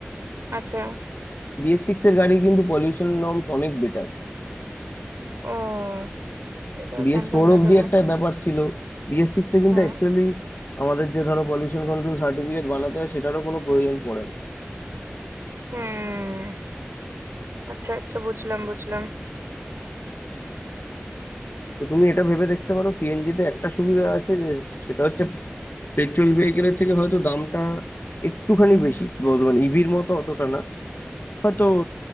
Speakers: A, on the right; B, on the left.
A: আচ্ছা
B: বিএস সিক্স এর গাড়ি কিন্তু পলিউশন নর্মস অনেক বেটার
A: ও এটা
B: বিএস
A: জানতাম
B: ফোর
A: না
B: অব্দি
A: তবে
B: একটা ব্যাপার ছিল বিএস সিক্স এ কিন্তু
A: হুম
B: অ্যাকচুয়ালি আমাদের যে ধরো পলিউশন কন্ট্রোল সার্টিফিকেট বানাতে হয় সেটারও কোনো প্রয়োজন পড়ে না
A: হুম আচ্ছা আচ্ছা বুঝলাম বুঝলাম
B: তো তুমি এটা ভেবে দেখতে পারো সিএনজি তে একটা সুবিধা আছে যে সেটা হচ্ছে পেট্রোল ভেহিকেলের থেকে হয়তো দামটা একটুখানি বেশি বলতে মানে ইভির মতো অতটা না হয়তো